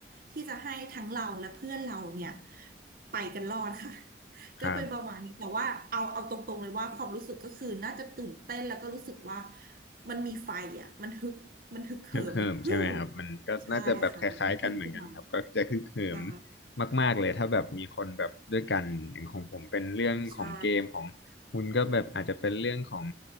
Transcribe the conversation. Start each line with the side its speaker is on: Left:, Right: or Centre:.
Right: ที่จะให้ทั้งเราและเพื่อนเราเนี่ยไปกันรอดค่ะ <laughs> ก็เป็นประมาณนี้แต่ว่าเอาเอาตรงๆเลยว่าความรู้สึกก็คือน่าจะตื่นเต้นแล้วก็รู้สึกว่า
Left: ครับ
Right: มันมีไฟอ่ะมันฮึกมันฮึกเหิมมันฮึ่ว
Left: ฮึกเหิมใช่ไหมครับมันก็น่าจะแบบคล้ายๆกันเหมือนกันครับก็จะฮึกเหิม
Right: ใช่ค่ะมันฮึกเหิมขึ้นมาใช่
Left: มากๆเลยถ้าแบบมีคนแบบด้วยกันอย่างของผมเป็นเรื่องของเกมของคุณก็แบบอาจจะเป็นเรื่องของ
Right: ใช่